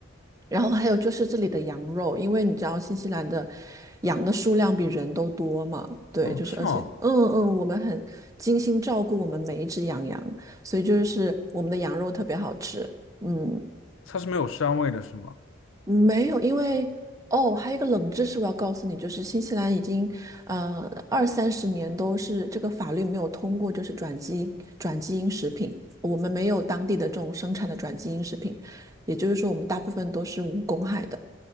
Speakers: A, on the right; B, on the left.
A: 然后还有就是这里的羊肉，因为你知道新西兰的羊的数量比人都多嘛，对，
B: 哦，
A: 就是而且，
B: 是吗？
A: 嗯嗯，我们很精心照顾我们每一只羊羊，所以就是我们的羊肉特别好吃，嗯。
B: 它是没有膻味的，是吗？
A: 没有，因为哦，还有一个冷知识我要告诉你，就是新西兰已经呃二三十年都是这个法律没有通过，就是转基因转基因食品，我们没有当地的这种生产的转基因食品，也就是说我们大部分都是无公害的。